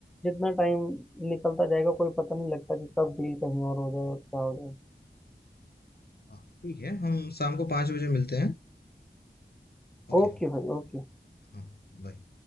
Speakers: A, in the centre; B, on the left (about 60°).
A: जितना टाइम निकलता जाएगा कोई पता नहीं लगता कि कब डील कहीं और हो जाए और क्या हो जाए
B: हाँ ठीक है हम शाम को पाँच बजे मिलते हैं ओके
A: ओके भाई ओके
B: हाँ बाय